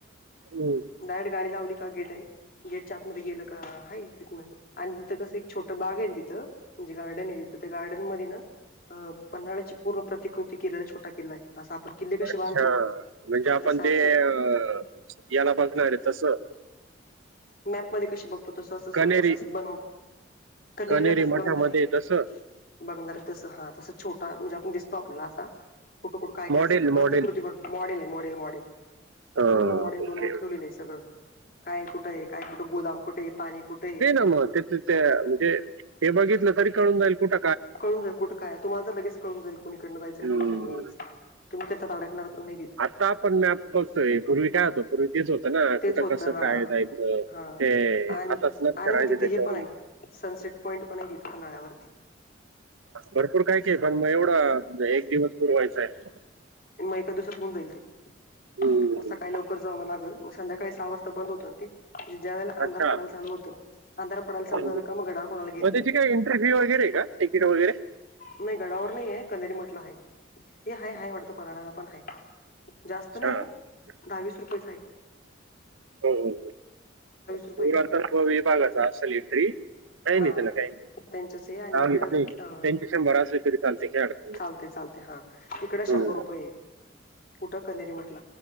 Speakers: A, on the right; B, on the left.
A: हम्म्.
B: डायरेक्ट, गाडी लावली का गेट आहे. गेटच्या आतमध्ये गेलं का आहे तिथनं. आणि तिथं कसं एक छोटं बाग आहे तिथं म्हणजे गार्डन आहे तिथं त्या गार्डन मध्ये ना, अ.. पन्हाळ्याची पूर्ण प्रतिकृती केलेला छोटा किल्ला आहे. असा आपण किल्ले कसे
A: अच्छा..
B: बांधतो
A: म्हणजे आपण
B: तसं
A: ते
B: असं
A: अ.. याला बघणारे तसं
B: मॅप मध्ये कसे बघतो तू? तसं. असं-असं,
A: कनेरी
B: असं-असंच बनावट. कण्हेरीला
A: कनेरी
B: कसं
A: मठामध्ये
B: बघणार आहे?
A: तसं
B: बघणार तस हा तस छोटा म्हणजे आपण दिस तो आपला असा कुठं कुठं काय
A: मॉडेल
B: कायचं
A: मॉडेल
B: प्रतिकृती पण मॉडेल आहे मॉडेल मॉडेल.
A: ओके
B: पूर्ण मॉडेल बनवून
A: अच्छा
B: ठेवलेलं आहे सगळं काय आहे कुठ कुठं आहे काय कुठं गोदाम कुठे आहे पाणी कुठे
A: इनऑडिबल <unintelligible> म्हणजे हे बघितलं तरी कळून जाईल कुठ
B: कळून जाईल कुठं काय तुम्हाला त लगेच कळून जाईल कणीकडं जायचं आणि
A: हम्म.
B: कोणीकडन यायचं. तुम्ही त्यात अडकणार पण नाही तिथे.
A: आता आपण मॅप पूर्वी काय होत पूर्वी तेच होतं ना
B: तेच
A: कुठं
B: होतं
A: कसं
B: हा
A: काय जायचं
B: हा.
A: ते आताच
B: आणि
A: लक्षरायचं
B: आणि तिथे
A: त्याच्यावरून.
B: हे पण आहे सनसेट पॉईंट पण आहे इथ पन्हाळ्यावरती.
A: भरपूर काय का पण मग एवढं एक दिवस पुरवायच आहे.
B: म एका दिवसात होऊन जाईल ते
A: हम्म.
B: मग सकाळी लवकर जावं लागल. मग संध्याकाळी सहा वाजता बंद होत ते ज ज्यावेळेला
A: अच्छा
B: अंधार पडायला चालू होतो अंधार पडायला चालू
A: हम्म.
B: झाला का मग गडावर कोणाला घेत
A: मग
B: नाही.
A: <unintelligible> वगैरे का टिकीट वगैरे.
B: नाही गडावर नाही आहे कणेरी म्हट ला आहे. हे हाय हाय वाटतं पन्हाळाला पण हाय जास्त
A: अच्छा
B: नाही
A: हो
B: दहावीस रुपयेच हाय.
A: हो हो पुरातत्व
B: रुपये
A: विभागाचा असेल <unintelligible> काही
B: हा
A: नाही त्याला काही
B: त्यांचच आहे आणि इकडं
A: नाही त्याचे
B: अ
A: शंभर असले तरी चालतय काय नाही
B: चालते चालते हा इकडे
A: हम्म.
B: शंभर रुपये ये कुठं कनेरी म्हटला.